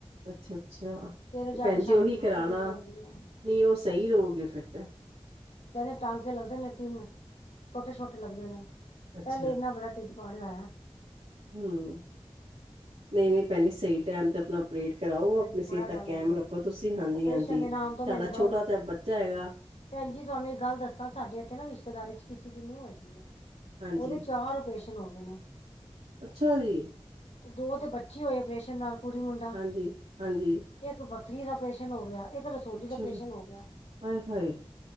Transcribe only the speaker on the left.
ਸਵੇਰੇ
ਜਾ
ਕੇ
ਸ਼ਾਮੀ
ਛੁੱਟੀ
ਮਿਲ ਜਾਂਦੀ ਹੈ
ਕਹਿੰਦੇ ਟਾਂਕੇ ਲੱਗਦੇ ਨੇ ਤਿੰਨ, ਛੋਟੇ-ਛੋਟੇ ਲੱਗਦੇ ਨੇ।
ਪੈਲੇ ਇੰਨਾ ਵੱਡਾ ਟਿੱਡ ਫਾੜਿਐ।
ਭੈਣ
ਜੀ ਬੜਾ
ਡਰ
ਲੱਗਦਾ ਮੈਨੂੰ
ਤੇ
ਓਪਰੇਸ਼ਨ ਦੇ ਨਾਮ ਤੋਂ
ਮੈਨੂੰ ਬੜਾ
ਭੈਣ ਜੀ ਤੁਆਨੂੰ ਇੱਕ ਗੱਲ ਦੱਸਾਂ ਸਾਡੇ ਇੱਥੇ ਨਾ ਰਿਸ਼ਤੇਦਾਰੀ 'ਚ ਕਿਸੀ ਦੀ ਨੂੰ ਹੈਗੀ
ਔਦੇ ਚਾਰ ਔਪਰੇਸ਼ਨ ਹੋ ਗਏ ਨੇ
ਦੋ ਤੇ ਬੱਚੀ ਹੋਏ ਆਪਰੇਸ਼ਨ ਨਾਲ, ਕੁੜੀ ਮੁੰਡਾ।
ਇੱਕ ਪੱਥਰੀ ਦਾ ਅਪਰੇਸ਼ਨ ਹੋ ਗਿਆ, ਇੱਕ ਰਸੋਲੀ
ਦਾ ਅਪਰੇਸ਼ਨ
ਹੋ ਗਿਆ